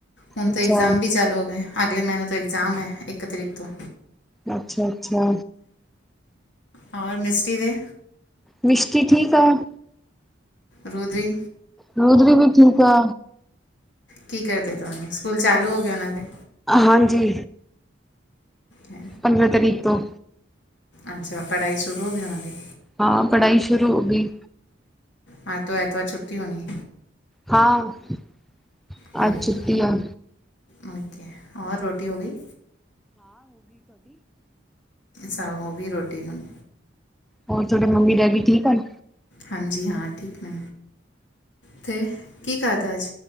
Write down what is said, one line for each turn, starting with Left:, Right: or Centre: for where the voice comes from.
Left: ਹੁਣ ਤਾਂ
Centre: ਅੱਛਾ
Left: ਇਗਜ਼ਾਮ ਵੀ ਚਾਲੂ ਹੋ ਗਏ ਅਗਲੇ ਮਹੀਨੇ ਤੋਂ, ਐਗਜ਼ਾਮ ਹੈ ਇੱਕ ਤਰੀਕ ਤੋਂ।
Centre: ਅੱਛਾ ਅੱਛਾ।
Left: ਔਰ ਮਿਸ਼ਟੀ ਦੇ
Centre: ਮਿਸ਼ਟੀ ਠੀਕ ਆ।
Left: ਰੂਦਰੀ
Centre: ਰੁਦਰੀ ਵੀ ਠੀਕ ਆ।
Left: ਕੀ ਕਰਦੇ ਤੁਹਾਨੂੰ ਸਕੂਲ ਚਾਲੂ ਹੋ ਗਏ ਉਹਨਾਂ ਦੇ।
Centre: ਹਾਂਜੀ।
Left: ਹੈ
Centre: ਪੰਦਰਾਂ ਤਾਰੀਖ ਤੋਂ।
Left: ਅੱਛਾ ਪੜ੍ਹਾਈ ਸ਼ੁਰੂ ਹੋ ਗਈ ਉਹਨਾਂ ਦੀ।
Centre: ਹਾਂ ਪੜ੍ਹਾਈ ਸ਼ੁਰੂ ਹੋ ਗਈ।
Left: ਹਾਂ ਤੋਂ ਐਤਵਾਰ ਛੁੱਟੀ ਹੋਣੀ।
Centre: ਹਾਂ
Left: ਜਾਏਗੀ
Centre: ਅੱਜ ਛੁੱਟੀ ਆ।
Left: ਓਕੇ ਹੋਰ ਰੋਟੀ ਹੋ ਗਈ। ਸ ਉਹ ਵੀ ਰੋਟੀ ਹੁਣ
Centre: ਹੋਰ ਤੁਹਾਡੇ ਮੰਮੀ ਡੈਡੀ ਠੀਕ ਹਨ।
Left: ਹਾਂਜੀ ਹਾਂ ਠੀਕ ਨੇ ਤੇ ਕੀ ਖਾਦਾ ਅੱਜ